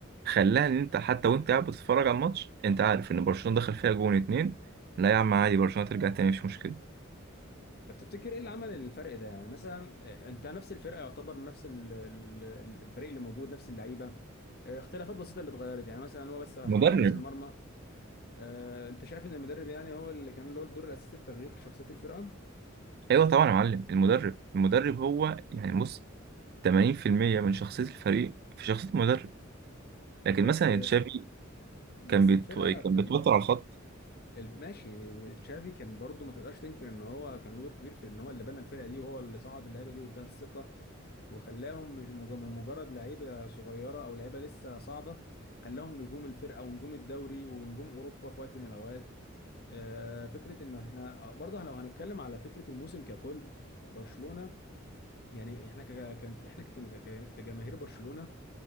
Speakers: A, on the right; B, on the left.
A: خلاها إن أنت حتى وأنت قاعد بتتفرج على الماتش أنت عارف إن برشلونة دخل فيها جون اتنين لا يا عم عادي برشلونة ترجع تاني مش مشكلة
B: طب تفتكر ايه اللي عمل الفرق ده يعني مثلا آه، انت نفس الفرقه يعتبر نفس ال- ال- الفريق اللي موجود نفس اللعيبه آه، اختلافات بسيطه اللي اتغيرت يعني مثلا هو بس حارس
A: مدرب
B: المرمى آه، انت شايف ان المدرب يعني هو اللي كان له الدور الاساسي في تغيير شخصيه الفرقه
A: ايوه طبعا يا معلم المدرب المدرب هو يعني بص 80% من شخصيه الفريق في شخصيه المدرب لكن
B: بس
A: مثلا تشافي
B: بس
A: كان بيت...
B: الفرقه ت-
A: كان
B: الف-
A: بيتوتر على الخط
B: ال- ماشي تشافي كان برضو ما تقدرش تنكر ان هو كان له دور كبير في ان هو اللي بنى الفرقه دي وهو اللي صعد اللعيبه دي واداها الثقه وخلاهم مش مج- من مجرد لعيبه صغيره او لعيبه لسه صاعده خلاهم نجوم الفرقه ونجوم الدوري ونجوم اوروبا في وقت من الاوقات آه، فكره انه احنا آه، برضه لو هنتكلم على فكره الموسم ككل برشلونه يعني احنا ك- كان- احنا كجم- ك- كجماهير برشلونه